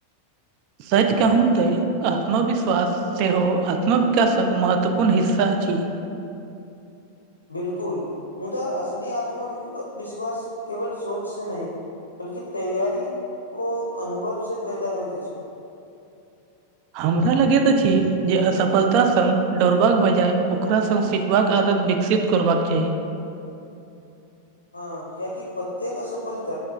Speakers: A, on the right; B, on the left.
A: सच कहु तैं आत्मविश्वास से आत्म बिकाश एक महत्वपूर्ण हिस्सा अ छै
B: बिलकुल मुदा असली आत्म विश्वास केवल सोच से नय बल्कि तैयारी ओ अनुभव स पैदा होइत अछि
A: हमरा लगै अछि जे असफलता संग दौड़बाक बजाय ओकरा संग सीखबाक आदत विकसित करबाक चाही
B: हँ किआकि प्रत्येक अ पलत